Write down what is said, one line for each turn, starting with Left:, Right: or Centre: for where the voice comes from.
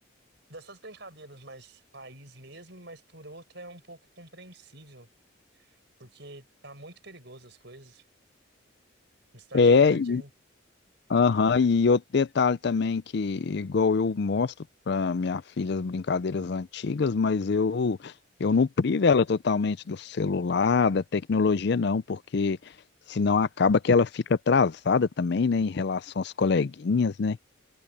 Right: Dessas brincadeiras mais país mesmo, mas por outra é um pouco compreensível, porque tá muito perigoso as coisas em cidade
Left: É,
Right: grande,
Left: e aham, e outro detalhe também que, igual eu mostro para minha filha as brincadeiras antigas, mas eu, eu não privo ela totalmente do celular, da tecnologia, não, porque senão acaba que ela fica atrasada também, né, em relação às coleguinhas, né?